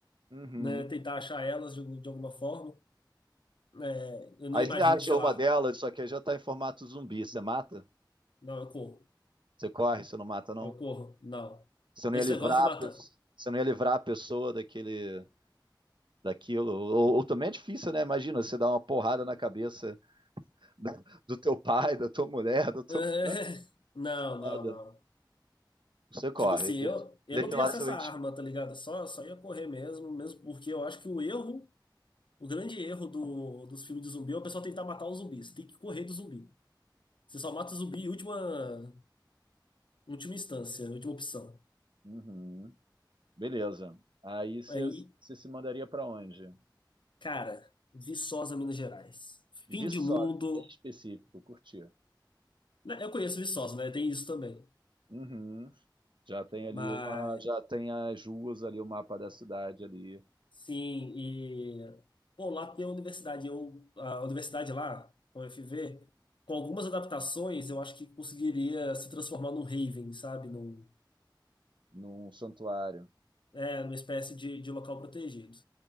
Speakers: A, on the right (about 75°); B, on the left (about 80°).
A: Uhum.
B: né? Tentar achar elas de, algum- de alguma forma. É, eu não
A: Aí
B: imagino
A: você acha
B: que, sei
A: uma
B: lá,
A: delas, só que aí já tá em formato zumbi, você mata?
B: não, eu corro.
A: Você corre, você não mata, não?
B: Eu corro, não.
A: Você não
B: Esse
A: ia livrar
B: negócio de matar.
A: a pessoa, você não ia livrar a pessoa daquele, daquilo. Ou, ou também é difícil, né? Imagina, você dá uma porrada na cabeça do, do teu pai, da tua mulher,
B: <laughs>
A: do teu...
B: É, Não,
A: Foda.
B: não, não.
A: Você corre,
B: Tipo assim,
A: deixa,
B: eu, eu
A: deixa
B: não tenho
A: lá
B: acesso
A: seu ente.
B: à arma, tá ligado? Só, só ia correr mesmo, mesmo porque eu acho que o erro, o grande erro do, dos filmes de zumbi é o pessoal tentar matar os zumbis. Você tem que correr do zumbi. Você só mata o zumbi em última, última instância, última opção.
A: Uhum. Beleza. Aí você
B: Aí,
A: se mandaria para onde?
B: cara, Viçosa, Minas Gerais. Fim
A: Viçosa,
B: de mundo.
A: bem específico, curtir.
B: Né, Eu conheço Viçosa, né? Tem isso também.
A: Uhum. Já tem ali
B: mas
A: uma, já tem as ruas ali, o mapa da cidade ali,
B: Sim, e bom, lá tem a universidade, eu a universidade lá, a UFV, com algumas adaptações, eu acho que conseguiria se transformar num haven, sabe? Num,
A: num santuário.
B: é, numa espécie de, de local protegido.